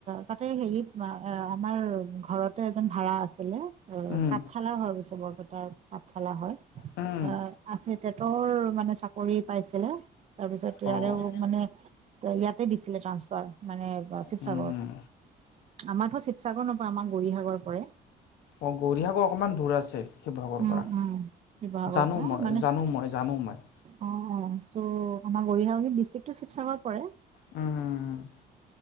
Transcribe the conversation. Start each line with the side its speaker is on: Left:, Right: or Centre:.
Right: তাতে হেৰিত আমাৰ ঘৰতে এজন ভাড়া আছিলে
Left: উম,
Right: পাঠশালাৰ হৈ অবৈছে এটা পাঠ চালা হয়।
Left: উম,
Right: এ আছে তেটৰ মানে চাকৰিত পাইছেলে। তাৰপিছত
Left: অ'।
Right: ইয়াৰে মানে ত ইয়াতে দিছিলে ট্ৰান্সফাৰ মানে বা শিৱসাগৰ।
Left: উম, উম,
Right: আমাৰতো শিৱসাগৰ নপৰে আমাৰ গৌৰীসাগৰ পৰে।
Left: অ' গৌৰীসাগৰ অকমান দূৰ আছে। শিৱসাগৰৰ
Right: উম,
Left: পৰা
Right: উম শিৱসাগৰৰ
Left: জানো,
Right: পৰা
Left: মই
Right: মানে
Left: জানো, মই জানো মই
Right: অ অ ত' আমাৰ গৌৰীসাগটো ডিষ্ট্ৰিক্টো শিৱসাগৰ পৰে।
Left: উম। উম, উম।